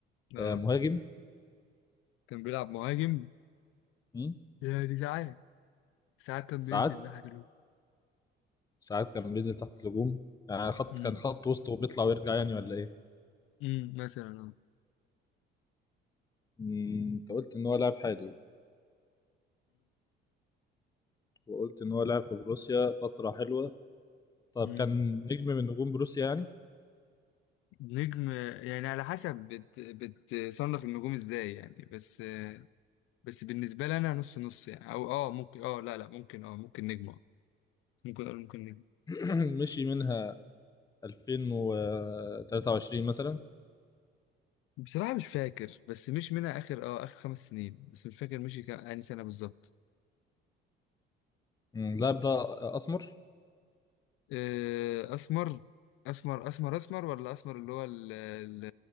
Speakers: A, on the left; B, on the left.
A: اه
B: آه، مهاجم
A: كان بيلعب مهاجم
B: مم.
A: يعني ساعات ساعات كان
B: ساعات
A: بينزل ناحية الهجوم
B: ساعات كان بينزل تحت الهجوم يعني خط
A: امم
B: كان خط وسط وبيطلع ويرجع يعني ولا ايه؟
A: امم مثلا اه
B: مم، انت قلت ان هو لاعب حالي وقلت ان هو لاعب في بروسيا فترة حلوة طب
A: امم
B: كان نجم من نجوم بروسيا يعني
A: نجم يعني على حسب بت... بتصنف النجوم ازاي يعني بس بس بالنسبة لي انا نص نص يعني او اه ممكن اه لا لا ممكن اه ممكن نجم اه ممكن اقول ممكن نجم
B: <clears throat> مشي منها 2023 مثلا
A: بصراحة مش فاكر بس مش منها اخر اه اخر خمس سنين بس مش فاكر مشي كام انهي سنة بالظبط
B: مم، اللاعب ده اسمر
A: آه، اسمر اسمر اسمر اسمر ولا اسمر اللي هو ال... ال...